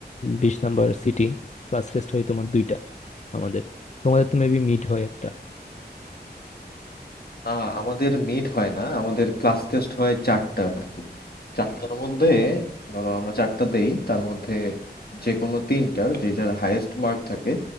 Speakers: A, on the left; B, on the left.
A: বিশ নাম্বার সিটি ক্লাস টেস্ট হয় তোমার দুইটা আমাদের তোমাদের তো মেবি মিড হয় একটা
B: আহ আমাদের মিড হয় না আমাদের ক্লাস টেস্ট হয় চারটা আর কি চারটার মধ্যে ধরো আমরা চারটা দেই তার মধ্যে যে কোনো তিনটার যে যার হাইয়েস্ট মার্ক থাকে